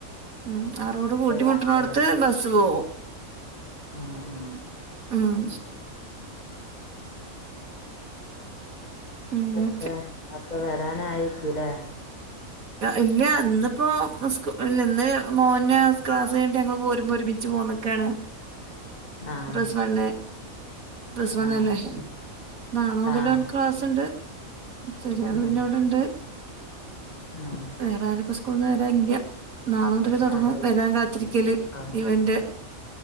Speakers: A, on the right; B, on the left.
A: ഉം ആ റോഡ് കൂട്ടി മുട്ടണോടുത്ത്
B: മറ്റേതൊക്കെ
A: ബസ്സ് പോവും.
B: ഉം ഉം
A: ഉം അങ്ങനൊക്കെ
B: അന്തൊക്കെ ഒക്കെ വരാനായിരിക്കൂലേ
A: ഇല്ല ഇന്നിപ്പോ നിസ് ഇല്ലന്ന് മോൻ ക്ലാസ് കഴിട്ട് ഞങ്ങള് പോരുമ്പ ഒരുമിച്ച് പോന്നൊക്കെയാണ്.
B: ആഹ്
A: പ്ലസ് വൺ. പ്ലസ് വണല്ലേ
B: ആഹ്
A: നാളെ മുതൽ
B: ആഹ്
A: ഓന്ക്ക് ക്ലാസ് ഉണ്ട്. ചെറിയ ആൾ
B: ഉം
A: പിന്നെ ഇവിടെണ്ട്.
B: ഉം
A: വേറെ ആരും പ്പോ സ്കൂൾ ന്ന് വരാല്ല. നാള മുതൽ തുടങ്ങും
B: അത്
A: വരാൻ കാത്തിരിക്കല്
B: ആഹ്
A: ഇവന്റെ